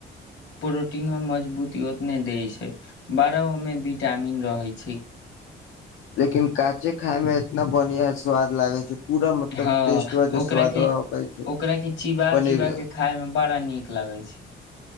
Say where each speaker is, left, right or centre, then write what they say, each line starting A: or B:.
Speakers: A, on the left (about 65°); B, on the left (about 85°).
A: प्रोटीनो मजबूती ओतने दै छै बारहओमे विटामिन रहैत छै
B: लेकिन काँचे खाय में इतना बढ़िया स्वाद लागय छै पूरा मतलब
A: हँ
B: टेस्टवा जे
A: ओकरा
B: स्वादवा
A: के
B: होकै छै
A: ओकरा के चीबा
B: पनीर
A: चिबा के खााय मे बड़ा नीक लग कहाँ